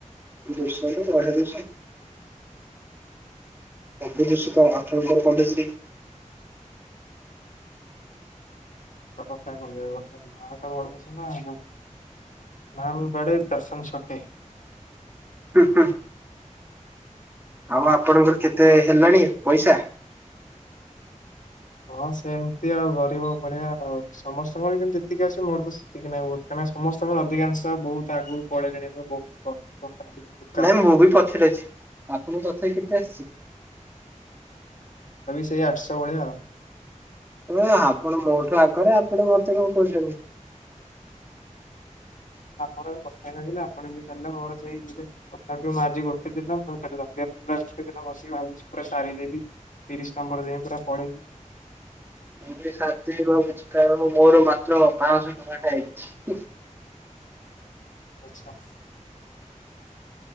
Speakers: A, on the right (about 15°); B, on the left (about 75°).
A: ଦୁଶ ନୁହେ ମହା ଦୁସ। ସବୁ ଦୋଷ ତ ଆଠ ନମ୍ବର କଲେଜ ରେ।
B: ସତ କଥା କହିଲ <unintelligible> ନାଁ ବଡ ସିନା ନା। ନାମ ବଡ଼େ ଦର୍ଶନ ଛୋଟେ।
A: ହୁଁ ହୁଁ। ଆଉ ଆପଣଙ୍କର କେତେ ହେଲାଣି ପଇସା?
B: ହଁ ସେମିତି ଆଉ ଗରିବ ଭଳିଆ ଆଉ ସମସ୍ତଙ୍କର ଯେତିକି ଆସେ ମୋର ତ ସେତିକି ନାଇଁ ବହୁତ କାହିଁ ନା ସମସ୍ତଙ୍କର ଅଧିକାଂଶ ବହୁତ ଆଗକୁ ପଳେଲେଣି ମୁଁ ବହୁତ କମ <inaudible> ତାଙ୍କ ଠୁ ବହୁ
A: ନାଇଁ ମୁଁ ବି ପଛରେ ଅଛି ଆପଣଙ୍କ ତଥାପି କେତେ ଆସିଛି?
B: ତା ବି ସେଇ ଆଠଶହ ଭଳିଆ ଆଉ।
A: ତ ଆପଣ ମୋଠୁ ଆଗରେ ଆପଣ ମତେ କଣ କହୁଛନ୍ତି?
B: ଆପଣ କଥା ହେଇ ନାହାନ୍ତି ନା ଆପଣଙ୍କ ସରିଲେ ମୋର ସେଇ ଯିବେ। ତଥାପି ମୁଁ ଆଜି ଗୋଟେ ଦିନ ପୁଣି କାଲି ରାତି <unintelligible> ପୁରା ଗୋଟେ ଦିନ ବସିକି ଭାବୁଛି ପୁରା ସାରିଦେବି। ତିରିଶ ନମ୍ବର ଯାଏଁ ପୁରା ପଳେଇବି।
A: ମୁଁ ବି ସାରିଦେବି ଭାବୁଛି କାରଣ ମୋର ମାତ୍ର ପାଂସ ଟଙ୍କା ଟା ହେଇଛି।
B: ଆଚ୍ଛା।